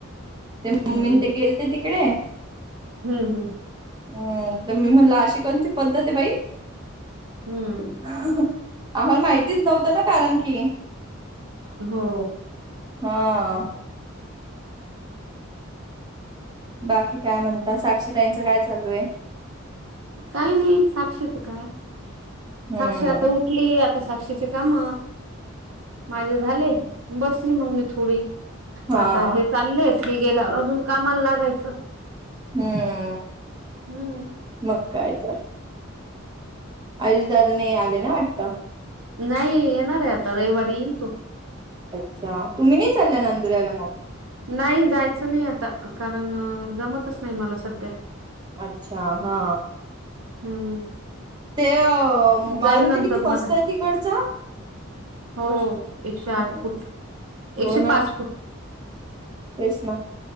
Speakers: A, on the right; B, on the right.
A: ते
B: हम्म
A: मम्मी अन ते गेलते तिकडे.
B: हम्म हम्म.
A: अ तर मी म्हणला अशी कोणती पद्धत आहे बाई.
B: हम्म.
A: आम्हाला माहितीच नव्हतं न कारण की.
B: हो.
A: हा. बाकी काय म्हणतात साक्षीताईंचं काय चालू आहे.
B: काही नाही साक्षीच काय
A: हम्म
B: साक्षी आता उठ टली आता साक्षीचे काम माझे झाले बसली मग मी थोडी.
A: हा
B: आता हे चाललंय हे गेल्यावर अजून कामाला लागायचं.
A: हम्म.
B: हम्म.
A: म काय तर. आयुष दादा नाही आले ना वाटतं.
B: नाही येणार आहे आता रविवारी येईल तो.
A: अच्छा तुम्ही नाही चालला नांदुर्याला मग?
B: नाही जायच नाही आता कारण जमतच नाही मला सध्या.
A: अच्छा हा.
B: हम्म.
A: ते
B: जाईल
A: मारुती
B: नंतर
A: किती मस्त
B: मग
A: आहे तिकडचा.
B: हो एकशे आठ
A: हम्म,
B: फूट
A: हो
B: एकशे
A: ना
B: पाच फूट.
A: तेच ना